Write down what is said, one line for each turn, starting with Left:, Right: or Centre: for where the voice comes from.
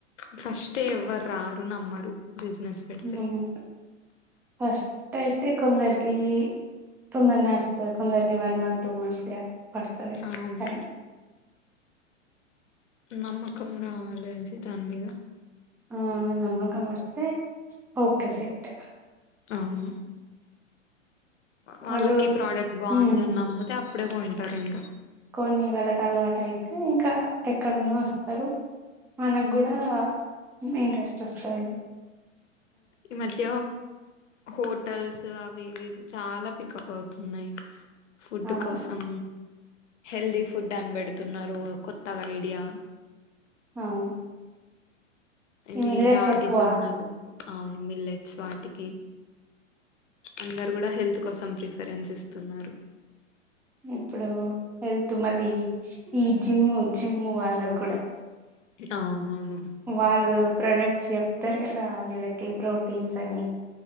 Left: ఫ్రస్ట్ తే ఎవరు రారు నమ్మరు బిజినెస్ పెడితే
Centre: ఉమ్ ఫస్ట్ అయితే కొందరికి తొందరనే వస్తది కొందరికి వన్ మంత్ టూ మంత్స్ గా పడతది
Left: అవును.
Centre: టైం
Left: నమ్మకం రావాలి అది దాని మీద
Centre: ఆ నమకం వస్తే ఓకే సెట్
Left: అవును వాళ్ళకి
Centre: వాళ్ళు
Left: ఈ ప్రాడక్ట్ బాంది
Centre: ఉమ్
Left: అని నమ్ముతే ప్పుడే కొంటారు ఇంగ
Centre: కొనీ వల అలవాటయితే ఇంకా ఎక్కడున్నా వస్తారు మనకు గు ఇలా మింట్ టెస్ట్లు వస్తాయి
Left: ఈ మధ్య హోటల్స్ అవి ఇవి చాలా పికప్ అవుతున్నాయి ఫుడ్
Centre: అవును
Left: కోసం హెల్దీ ఫుడ్ అని పెడుతున్నారు కొత్తగా ఐడియా
Centre: అవును
Left: ఇవి
Centre: ఈ మిల్లెట్స్
Left: రాగి
Centre: ఎక్కువ
Left: జొన్నలు మిల్లెట్స్ వాటికి అందరు కూడా హెల్త్ కోసం ప్రిఫరెన్స్ ఇస్తున్నారు
Centre: ఇప్పుడూ వెళ్తూ మళ్ళీ ఈ జిమ్ జిమ్ వాళ్ళ కూడా
Left: అవునవును
Centre: వాళ్ళు ప్రొడక్ట్ చెప్తారు కదా వీళ్ళకి ప్రోటీన్స్ అని